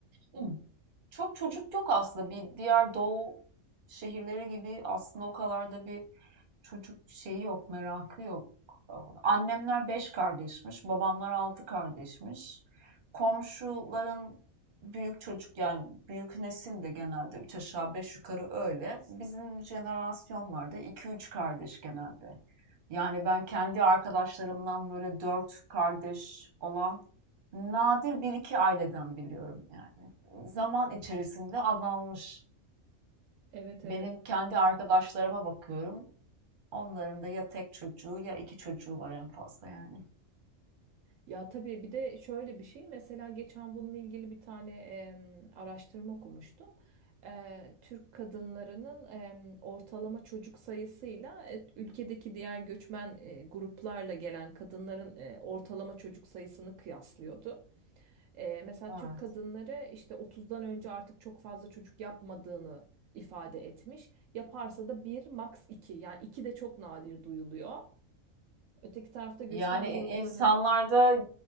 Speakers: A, on the right; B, on the right.
A: hmm, çok çocuk yok aslında. Bir diğer doğu şehirleri gibi aslında o kadar da bir çocuk şeyi yok, merakı yok. Ee, Annemler beş kardeşmiş, babamlar altı kardeşmiş. Komşuların büyük çocuk yani büyük nesil de genelde üç aşağı beş yukarı öyle. Bizim jenerasyonlarda iki üç kardeş genelde. Yani ben kendi arkadaşlarımdan böyle dört kardeş olan nadir bir iki aileden biliyorum yani. Zaman içerisinde azalmış.
B: Evet
A: Benim
B: evet.
A: kendi arkadaşlarıma bakıyorum. Onların da ya tek çocuğu ya iki çocuğu var en fazla yani.
B: Ya tabii bir de şöyle bir şey mesela geçen bununla ilgili bir tane em, araştırma okumuştum. Eee, Türk kadınlarının em, ortalama çocuk sayısıyla e, ülkedeki diğer göçmen e, gruplarla gelen kadınların e, ortalama çocuk sayısını kıyaslıyordu. Eee, mesela
A: Evet.
B: Türk kadınları işte 30'dan önce artık çok fazla çocuk yapmadığını ifade etmiş. Yaparsa da bir max iki yani iki de çok nadir duyuluyor. Öteki tarafta göçmen
A: Yani i-
B: gruplarında
A: insanlarda